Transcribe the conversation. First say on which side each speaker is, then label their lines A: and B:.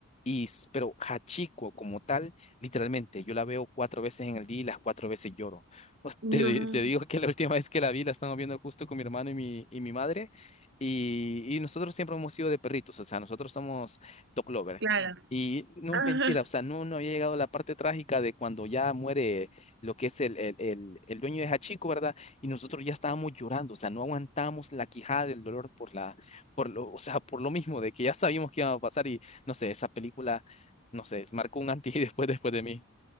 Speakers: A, on the left (about 30°); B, on the right (about 50°).
A: Y, s- pero Hachiko como tal, literalmente, yo la veo cuatro veces en el día y las cuatro veces lloro. <laughs>
B: No,
A: Te, te digo que la última vez que la vi, la estábamos viendo justo con mi hermano y mi, y mi madre. Y, y nosotros siempre hemos sido de perritos, o sea, nosotros somos dog lover.
B: claro.
A: Y no
B: <laughs> Ajá.
A: es mentira, o sea, no, no había llegado la parte trágica de cuando ya muere lo que es el, el, el, el dueño de Hachiko, ¿verdad? Y nosotros ya estábamos llorando, o sea, no aguantamos la quijada del dolor por la, por lo, o sea, por lo mismo de que ya sabíamos que iba a pasar y no sé, esa película, no sé, marcó un antes y después después de mí.